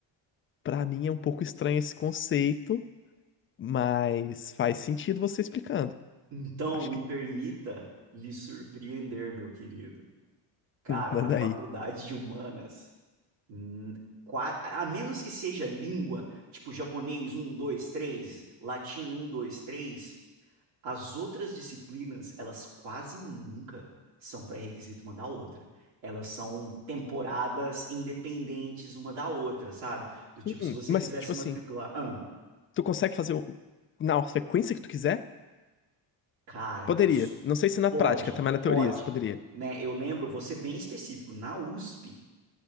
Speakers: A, on the left (about 30°); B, on the right (about 75°).
A: pra mim é um pouco estranho esse conceito, mas faz sentido você explicando.
B: Então,
A: Acho
B: me
A: que
B: permita lhe surpreender, meu querido. Cara,
A: <laughs> manda
B: na faculdade
A: aí.
B: de humanas. Hum, qua- A menos que seja língua, tipo japonês um 2 3 latim um 2 três as outras disciplinas, elas quase nunca são pré-requisito uma da outra. Elas são temporadas independentes uma da outra, sabe? Do tipo,
A: Hum,
B: se você
A: mas,
B: quiser
A: tipo
B: se
A: assim,
B: matricular, ah,
A: tu consegue fazer o- na sequência que tu quiser?
B: cara,
A: Poderia.
B: cus-
A: Não sei se na
B: pode,
A: prática, tá? Mas na teoria,
B: pode,
A: você poderia.
B: né? Eu lembro, vou ser bem específico, na USP,